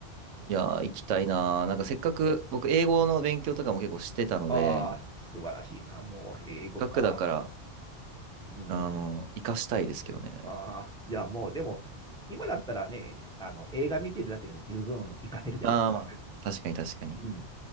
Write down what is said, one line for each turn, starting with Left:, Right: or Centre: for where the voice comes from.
Right: いやー、
Centre: そうです。
Right: 行きたいなー。なんかせっかく、僕、英語の勉強とかも結構してたので、
Centre: ああ、素晴らしいな。もう、英語か。
Right: せっかくだから、
Centre: うん。
Right: あの、活かしたいですけどね。
Centre: ああ、いや、もう、でも、今だったらね、あの、映画見てるだけでも十分活かせるじゃないですか。
Right: ああ、まあ、確かに確かに。
Centre: うん。